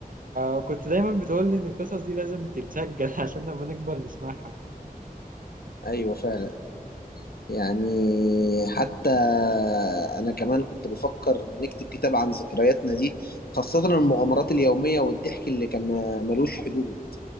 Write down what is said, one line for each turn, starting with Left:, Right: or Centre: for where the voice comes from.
Right: وكنت دايما بتقول لي إن القصص دي لازم تتسجل <laughs> عشان لما نكبر نسمعها
Left: ايوه فعلا يعني حتى أنا كمان كنت بفكر نكتب كتاب عن ذكرياتنا دي خاصة المغامرات اليومية والضحك اللي كان ما- ملوش حدود